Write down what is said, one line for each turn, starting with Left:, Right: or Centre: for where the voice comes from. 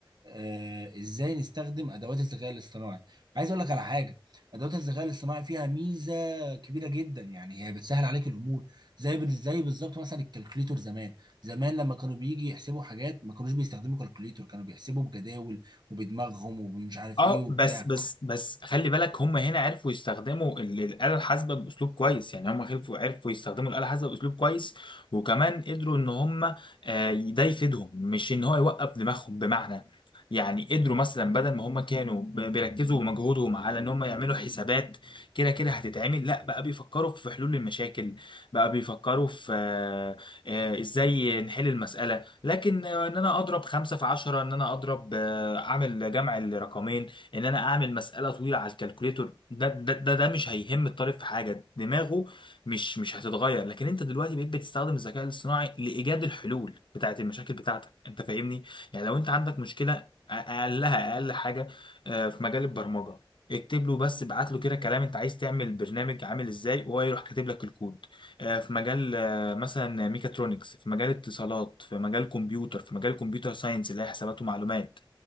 Right: آه، ازاي نستخدم ادوات الذكاء الاصطناعي عايز اقول لك على حاجه ادوات الذكاء الاصطناعي فيها ميزه كبيره جدا يعني هي بتسهل عليك الامور زي بال- زي بالظبط مثلا الكالكوليتور زمان زمان لما كانوا بيجي يحسبوا حاجات ما كانوش بيستخدموا كالكوليتور كانوا بيحسبوا بجداول وبدماغهم ومش عارف
Left: اه
Right: ايه وبتاع
Left: بس بس بس خلي بالك هم هنا عرفوا يستخدموا ال- الآلة الحاسبة بأسلوب كويس يعني هم عرفوا عرفوا يستخدموا الآلة الحاسبة بأسلوب كويس وكمان قدروا ان هم آه، ده يفيدهم مش ان هو يوقف دماغهم بمعنى يعني قدروا مثلا بدل ما هم كانوا ب- بيركزوا مجهودهم على ان هم يعملوا حسابات كده كده هتتعمل لا بقى بيفكروا في حلول المشاكل بقى بيفكروا في آه، آه، ازاي نحل المسألة لكن آه، ان انا اضرب خمسة في عشرة ان انا اضرب آه، اعمل جمع الرقمين ان انا اعمل مساله طويله على الكالكوليتور ده ده ده, ده مش هيهم الطالب في حاجه دماغه مش مش هتتغير لكن انت دلوقتي بقيت بتستخدم الذكاء الاصطناعي لايجاد الحلول بتاعه المشاكل بتاعتك انت فاهمني يعني لو انت عندك مشكله أ- اقلها اقل حاجه آه، في مجال البرمجه اكتب له بس ابعت له كده كلام انت عايز تعمل برنامج عامل ازاي وهو يروح كاتب لك الكود آه، في مجال آه، مثلا ميكاترونكس في مجال اتصالات في مجال كمبيوتر في مجال كمبيوتر ساينس اللي هي حسابات ومعلومات